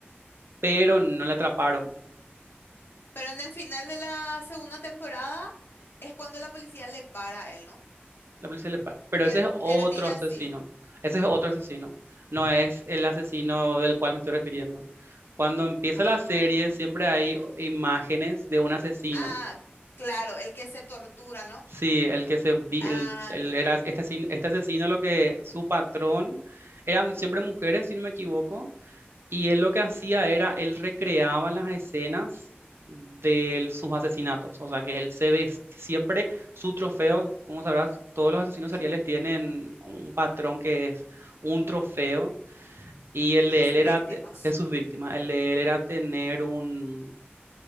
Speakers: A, on the right; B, on the left.
A: pero no le atraparon.
B: Pero en el final de la segunda temporada es cuando la policía le para a él, ¿no?
A: La policía le para. Pero
B: Ter-
A: ese es otro
B: termina
A: asesino.
B: así.
A: Ese es otro asesino. No es el asesino del cual me estoy refiriendo. Cuando empieza
B: Ah,
A: la serie, siempre hay imágenes de un asesino.
B: ah, claro, el que se tortura, ¿no?
A: Sí, el que se vi-
B: Ah,
A: el, el-
B: no.
A: era este asesino, este asesino lo que su patrón eran siempre mujeres, si no me equivoco, y él lo que hacía era, él recreaba las escenas de él- sus asesinatos. O sea, que él se vestía, siempre
B: Eh,
A: su trofeo, como sabrás, todos los asesinos
B: Sí.
A: seriales tienen un patrón que es un trofeo. Y el
B: Y
A: de
B: de sus
A: él era,
B: víctimas.
A: te- de sus víctimas, el de él era tener un,